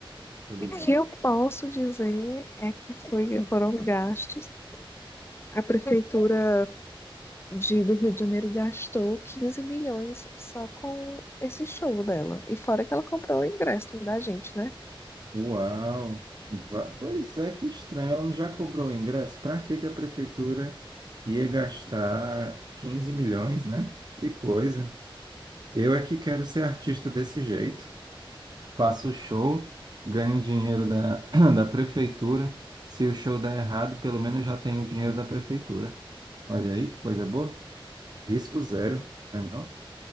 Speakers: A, on the right; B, on the left.
A: Tudo bem.
B: que eu posso dizer é que foi, foram gastos. A prefeitura de, do Rio de Janeiro gastou 15 milhões só com esse show dela. E fora que ela comprou o ingresso da gente, né?
A: Uau! Va- Pois é, que estranho. Ela não já cobrou o ingresso? Para que que a prefeitura ia gastar 15 milhões, né? Que coisa. Eu é que quero ser artista desse jeito. Faço show, ganho dinheiro da, <clears throat> da prefeitura. Se o show der errado, pelo menos já tenho o dinheiro da prefeitura. Olha aí que coisa boa. Risco zero, né não?